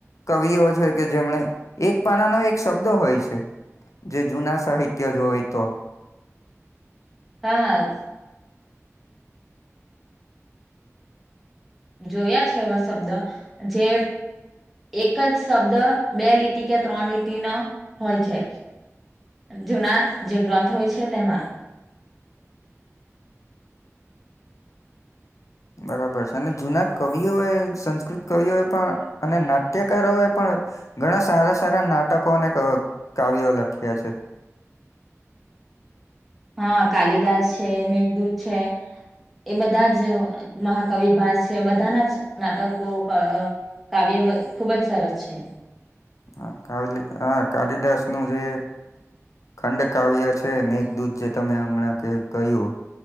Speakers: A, on the left; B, in the centre.
A: કવિઓ છે કે જેમને એક પાનાનો એક. શબ્દો હોય છે જે જૂના સાહિત્ય જો હોય તો.
B: હા. જોયા છે એવા શબ્દ જે. એક જ શબ્દ બે લીટી કે ત્રણ લીટી નો હોય છે. જૂના જે ગ્રંથ હોય છે તેમાં.
A: બરાબર છે અને જૂના કવિઓ એ સંસ્કૃત કવિઓ એ પણ. અને નાટ્યકારો એ પણ. ઘણા સારા સારા નાટકો અને કાવ્યો્ લખ્યા છે.
B: હા કાલિદાસ છે મેઘદૂત છે. એ બધા જ મહાકવિભાસ છે બધાના જ નાટકો ક. કાવ્ય ખુબ જ સરસ છે.
A: હ કાવલી હ કાલિદાસ નું જે. ખંડકાવ્ય છે મેઘદૂત જે તમે હમણાં કહ્યું.